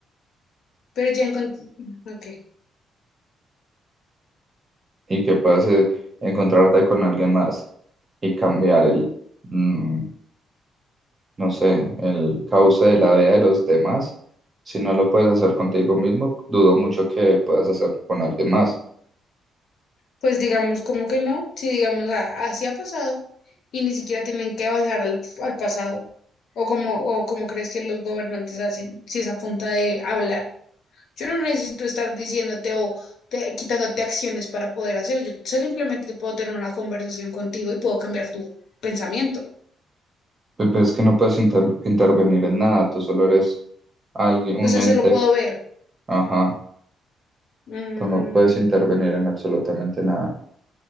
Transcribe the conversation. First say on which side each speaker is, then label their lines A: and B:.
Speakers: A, on the left; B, on the right.
A: pero ya encontré, ok,
B: y que puedas eh, encontrarte con alguien más y cambiar el, mm, no sé, el cauce de la vida de los demás. Si no lo puedes hacer contigo mismo, dudo mucho que puedas hacerlo con alguien más.
A: pues digamos como que no, si digamos a- así ha pasado y ni siquiera tienen que bajar al, al pasado, o como, o como crees que los gobernantes hacen, si es a punta de hablar. Yo no necesito estar diciéndote o te- quitándote acciones para poder hacer. Yo simplemente puedo tener una conversación contigo y puedo cambiar tu pensamiento.
B: Pe- Pero es que no puedes inter- intervenir en nada, tú solo eres alguien, un
A: Entonces,
B: ente,
A: eso lo puedo ver.
B: ajá,
A: Mm,
B: tú no puedes intervenir en absolutamente nada.